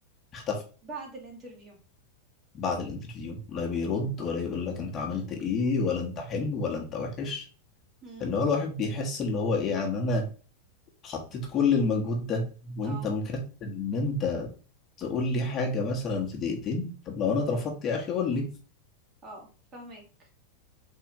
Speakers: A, on the left (about 30°); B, on the right (about 35°).
A: اختفى
B: بعد الانترفيو
A: بعد الانترفيو لا بيرد ولا يقول لك انت
B: <clears throat>
A: عملت ايه ولا انت حلو ولا انت وحش
B: امم
A: اللي هو الواحد بيحس اللي هو ايه يعني انا حطيت كل المجهود ده وانت
B: اه
A: مكسل ان انت تقول لي حاجة مثلا في دقيقتين طب لو انا اترفضت يا اخي قول لي
B: اه فاهمك